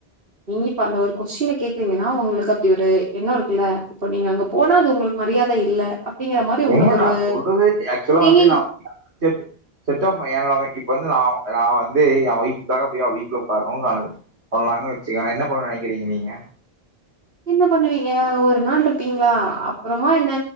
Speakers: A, on the right; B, on the right.
A: நீ இப்ப அந்த ஒரு கொஸ்டின்ன கேக்குறீங்கன்னா உங்களுக்கு அப்டி ஒரு எண்ண இருக்குல்ல இப்ப நீங்க அங்க போனா அது உங்களுக்கு மரியாத இல்ல அப்டிங்கிற மாரி உங்களுக்கு
B: ஏங்க நா
A: ஒரு
B: சொல்றது ஆக்சுவலா
A: திங்கிங்
B: வந்து நா <unintelligible> இப்ப வந்து நா நா வந்து எ ஒய்ஃபுக்காக போய் அவ வீட்டுல உட்காரணு சொன்னங்கன் வச்சிகங் நா என்ன பண்ணுவன் நெனக்கிறீங்க நீங்க
A: என்ன பண்ணுவீங்க ஒரு நாள் இருப்பீங்களா அப்புறமா என்ன